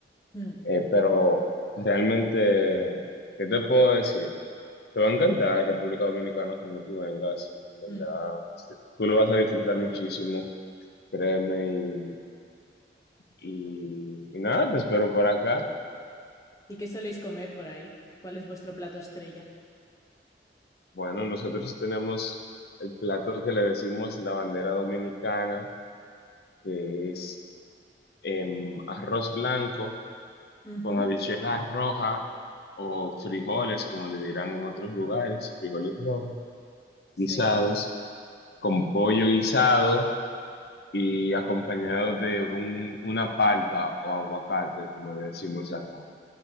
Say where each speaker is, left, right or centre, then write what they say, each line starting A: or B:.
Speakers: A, on the left; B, on the left.
A: Mm,
B: eh, pero realmente, ¿qué te puedo decir? Te va a encantar República Dominicana cuando tú vengas, en
A: mm.
B: verdad. Este, Tú lo vas a disfrutar muchísimo, créeme, y, y, y nada, te espero por acá.
A: ¿Y qué soléis comer por ahí? ¿Cuál es vuestro plato estrella?
B: Bueno, nosotros tenemos el plato que le decimos la bandera dominicana, que es em, arroz blanco
A: Ujú,
B: con habichuelas rojas o frijoles, como le dirán en otros lugares, frijoles rojos,
A: Sí.
B: guisados, con pollo guisado y acompañado de un- una palta o aguacate, como decimos acá.